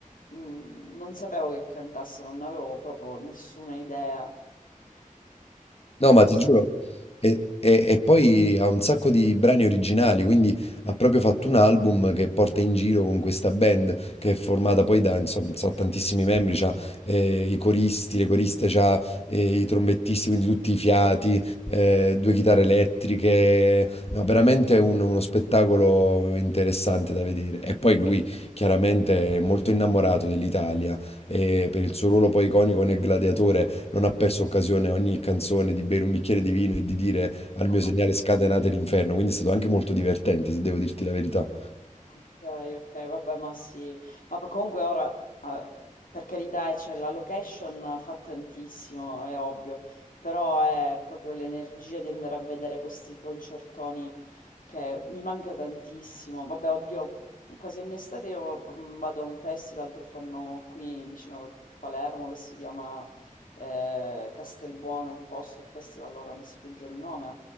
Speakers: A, on the left; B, on the left.
A: mm, non sapevo che cantasse, non avevo proprio nessuna idea che
B: No,
A: fosse
B: ma ti giuro. E, e- e poi ha un sacco di brani originali, quindi ha proprio fatto un album che porta in giro con questa band che è formata poi da, insomma, so, tantissimi membri, c'ha eh, i coristi, le coriste, c'ha eh, i trombettisti, quindi tutti i fiati, eh, due chitarre elettriche, no, veramente un- uno spettacolo interessante da vedere. E poi lui chiaramente è molto innamorato dell'Italia e per il suo ruolo poi iconico nel Gladiatore non ha perso occasione a ogni canzone di bere un bicchiere di vino e di dire al
A: ancora.
B: mio segnale
A: <laughs>
B: scatenate l'inferno, quindi è stato anche molto divertente, se devo dirti la verità.
A: Ok, ok, vabbè, ma sì, ma poi comunque ora, eh, per carità, eh, cioè, la location fa tantissimo, è ovvio, però è proprio l'energia di andare a vedere questi concertoni che mi manca tantissimo. Vabbè, oddio, quasi ogni estate io mm, vado a un festival che fanno qui vicino a Palermo, che si chiama eh, Castelbuono, il posto, il festival, ora mi sfugge il nome,